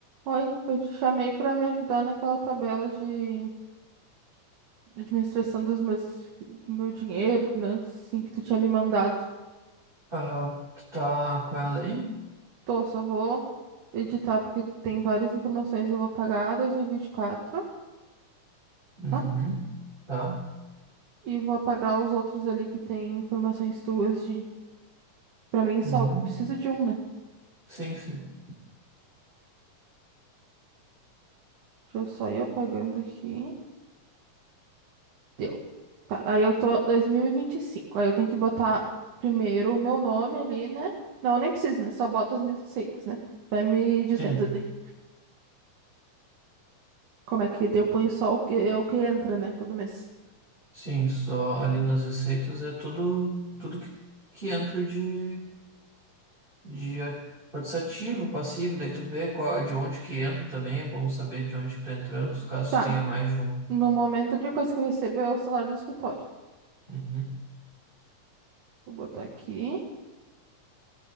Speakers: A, on the right; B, on the right.
A: Oi, eu te chamei para me ajudar naquela tabela de de administração dos meus, do meu dinheiro, finanças, assim, que tu tinha me mandado.
B: ah Tu tá com ela aí?
A: Tô, só vou editar porque tem várias informações. Eu vou apagar 2024,
B: Uhum.
A: tá?
B: Tá.
A: E vou apagar os outros ali que tem informações tuas de... Pra mim, só
B: Uhum.
A: preciso de um, né?
B: Sim, sim.
A: Deixa eu só ir apagando aqui. Deu. Tá, aí eu tô dois mil e e vinte e cinco Aí eu tenho que botar primeiro o meu nome ali, né? Não, eu nem preciso, né? Só bota as minhas receitas, né? Vai me dizendo
B: Sim.
A: de como é que eu ponho só o que, é o que entra, né? Todo mês.
B: Sim, só ali nas receitas é tudo, tudo que, que entra de, de a- pode ser ativo, passivo, daí tu vê qual, de onde que entra também, é bom saber de onde que tá entrando, caso
A: Tá.
B: tenha mais de um.
A: No momento, a única coisa que eu recebo é o salário do escritório.
B: Uhum.
A: Vou botar aqui,